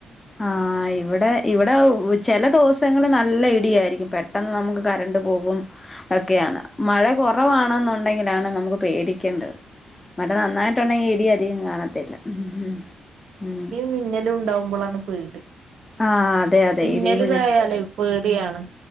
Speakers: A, on the left (about 20°); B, on the right (about 75°).
A: ആഹ് ഇവിടെ ഇവിടെ ഓ ചെല ദോസങ്ങള് നല്ല ഇടിയാരിക്കും പെട്ടെന്ന് നമുക്ക് കരണ്ട് പോവ്വും ഒക്കെയാണ് മഴ കൊറവാണെന്നുണ്ടെങ്കിലാണ് നമുക്ക് പേടിക്കേണ്ടത് മഴ നന്നായിട്ടുണ്ടെങ്കി ഇടി അധികം കാണത്തില്ല ഉംഹ്ഹ് ഉം
B: മിന്നലുണ്ടാവുമ്പോളാണ് പേടി
A: ആഹ് അതെ അതെ
B: മിന്നല്തായാലേ
A: ഇടി മിന്ന
B: പേടിയാണ്